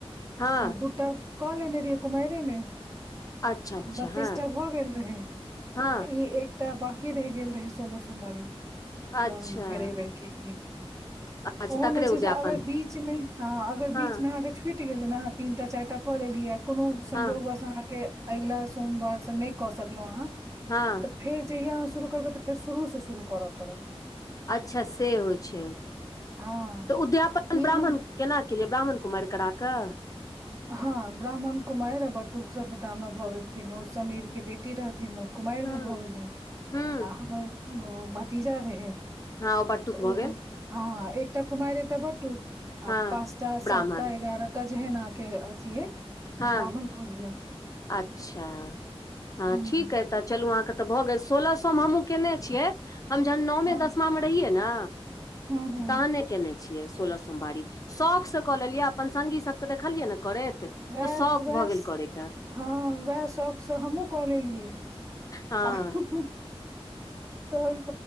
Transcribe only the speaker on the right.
तऽ दूटा कऽ लेने रहियै कुमरे में।
बत्तीसटा
भऽ गेल रहै
तऽ ई एक तऽ बांकी रहि गेल रहै सोलह सोमवारी,
तऽ फेर एहिबेर केलिये।
ओहो
मे छै,
जे अगर बीच मे ह अगर
बीच में अहाँके छुट गेल जे अहाँ तीन टा चारि टा कऽ लेलियै कोनो संजोग
बस अहाँके अगिला सोमवारसँ नहि कऽ सकलहुँ अहाँ।
तऽ फेर जहिया अह शुरू करबै तऽ फेर शुरूसँ शुरू करऽ पड़त।
हँ
ई
नहि
हँ ब्राह्मण कुमारि आ बटुक सबडामरा भऽ गेलखिन ओ समीर के बेटी रहथिन ओ कुमारिमे
भऽ गेलै
आ हमर आ भतीजा रहै।
तऽ
ओहो
हँ एकटा कुमारि एकटा बटटू आ
पाँचटा
सातटा एगारह टा जेहन अहके अथ अे से
ब्राह्मण कऽ लिअ
हूँ
हँ
हूँ हूँ
वएह
वएह
हँ उएह शौखसँ हमहुँ कऽ लेलियै
हँ-हँ-हँ तऽ